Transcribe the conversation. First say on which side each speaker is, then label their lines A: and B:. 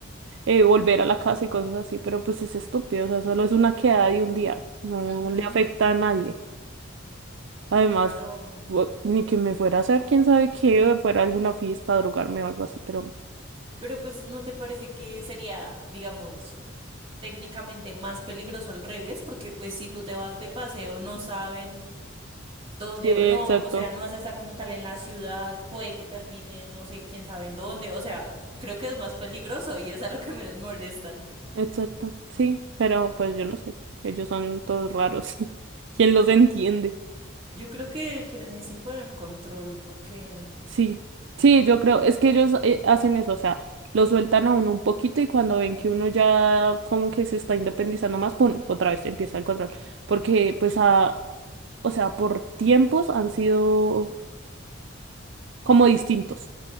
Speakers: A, on the right (about 60°); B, on the right (about 25°).
A: eh, volver a la casa y cosas así, pero pues es estúpido, o sea, solo es una quedada de un día, no
B: Ujú.
A: no le afecta a nadie. Además,
B: Claro.
A: bu- ni que me fuera a hacer, quién sabe qué, o fuera a alguna fiesta, a drogarme o algo así, pero
B: Pero pues ¿no te parece que sería, digamos, técnicamente más peligroso al revés? Porque pues si tú te vas de paseo, no saben dónde,
A: sí, exacto,
B: no, o sea, no vas a estar como tal en la ciudad, puede que termine, no sé quién sabe en dónde, o sea, creo que es más peligroso y es a lo que menos molestan.
A: exacto, sí, pero pues yo no sé, ellos son todos raros, <laughs> ¿quién los entiende?
B: Yo creo que quieren es imponer control porque
A: Sí, sí, yo creo, es que ellos eh, hacen eso, o sea, lo sueltan a uno un poquito y cuando ven que uno ya como que se está independizando más, pum, otra vez empieza el control, porque pues a o sea, por tiempos han sido como distintos.